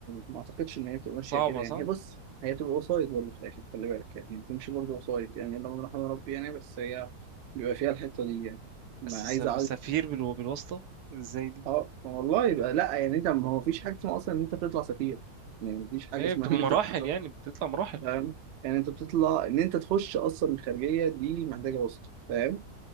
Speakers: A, on the right; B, on the right.
A: ما أعتقدش إن هي بتبقى ماشية
B: صعبة
A: كده يعني
B: صح
A: هي بص هي بتبقى وسايط برضه في الآخر خلي بالك يعني بتمشي برضه وسايط يعني اللهم رحمة ربي يعني بس هي بيبقى فيها الحتة دي يعني ما
B: بس
A: عايز
B: الس- السفير بالو- بالواسطة ازاي دي
A: اه ما والله يبقى لا يعني انت ما هو مفيش حاجه اسمها اصلا ان انت بتطلع سفير يعني مفيش حاجه
B: ايه
A: اسمها
B: بتبقى
A: ان
B: مراحل
A: انت بتطلع
B: يعني بتطلع مراحل
A: فاهم يعني انت بتطلع ان انت تخش اصلا الخارجيه دي محتاجه وسط فاهم